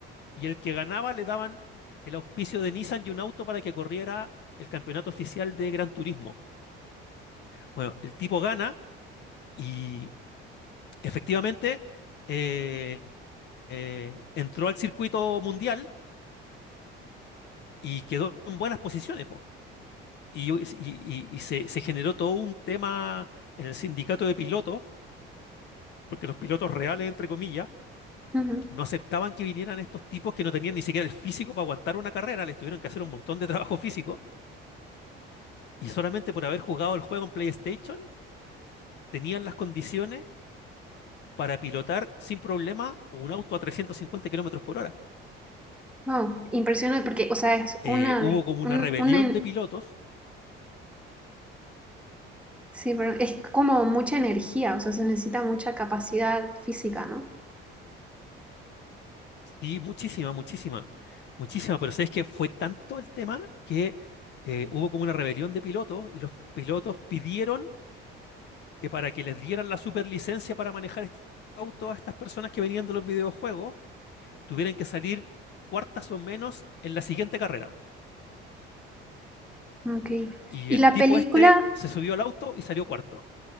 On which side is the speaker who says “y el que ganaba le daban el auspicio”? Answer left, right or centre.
Left